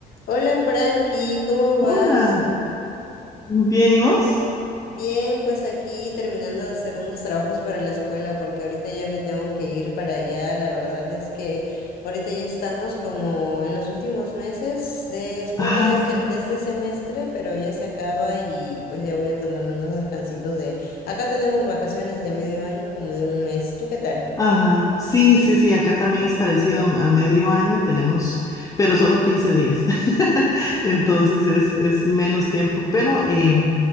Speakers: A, on the left (about 60°); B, on the left (about 20°).
A: Hola Frankie, ¿cómo vas?
B: Hola, ¿bien y vos?
A: Bien, pues aquí terminando de hacer unos trabajos para la escuela porque ahorita ya me tengo que ir para allá. La verdad es que ahorita ya estamos como en los últimos meses de escuela
B: Ah,
A: de este,
B: ok.
A: de este semestre, pero ya se acaba y pues ya voy a tomarme unos descansitos de... Acá tenemos vacaciones de medio año, como de un mes. ¿Tú qué tal?
B: Ajá, sí, sí, sí, acá también es parecido a, a medio año, tenemos, pero solo 15 días. <laughs>
A: Ah,
B: Entonces es, es menos tiempo, pero, eh,